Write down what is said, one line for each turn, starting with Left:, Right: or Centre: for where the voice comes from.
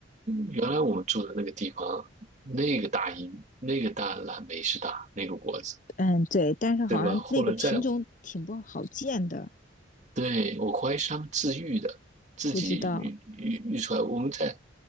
Right: 原来我们住的那个地方，那个大樱，那个大蓝莓是大那个果子，
Left: 嗯，对，但是好像那个品种挺不好见的，
Right: 对吧？后来在，对，我怀疑是他们自育的，自己育育育出来。
Left: 不知道。
Right: 我们在